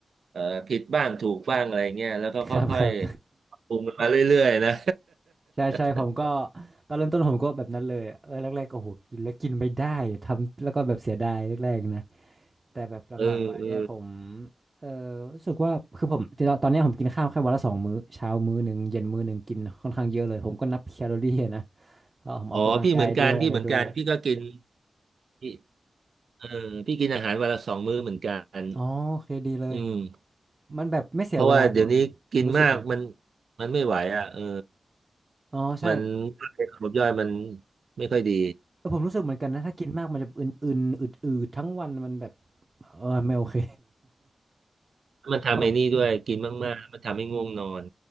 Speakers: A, on the right; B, on the right.
A: เอ่อผิดบ้างถูกบ้างอะไรเงี้ยแล้วก็ค่อยๆปรุงมาเรื่อยๆนะ
B: ครับครับ <laughs> ใช่ใช่ผมก็
A: <laughs>
B: ตอนเริ่มต้นผมก็แบบนั้นเลยอะเออแรกๆก็โหกินแล้วกินไม่ได้ ทำแล้วก็แบบเสียดายแรกๆนะ แต่แบบหลังๆมาเนี่ยผม
A: เออเออ
B: เออรู้สึกว่าคือผม ตอนตอนเนี้ยผมกินข้าวแค่วันละสองมื้อ เช้ามื้อหนึ่งเย็นมื้อหนึ่งกินค่อนข้างเยอะเลยผมก็นับแคลอรี่อะนะเพราะผมออกกำลังกายด้วยอะไรด้วย
A: อ๋อพี่เหมือนกันพี่เหมือนกันพี่ก็กินพี่เออพี่กินอาหารวันละสองมื้อเหมือนกัน
B: อ๋อโอเคดีเลย
A: อืม
B: มันแบบไม่เสียเวลาด้วย
A: เพราะว่าเดี๋ยวนี้กินมากมัน
B: รู้สึกนะ
A: มันไม่ไหวอ่ะเออ
B: อ๋อใช่
A: มันระบบย่อยมันไม่ค่อยดี
B: เออผมรู้สึกเหมือนกันนะถ้ากินมากมันจะอึนๆอืดๆทั้งวันมันแบบเออไม่โอเค <laughs>
A: มันทำไอ้นี่ด้วยกินมากๆมันทำให้ง่วงนอน
B: ผม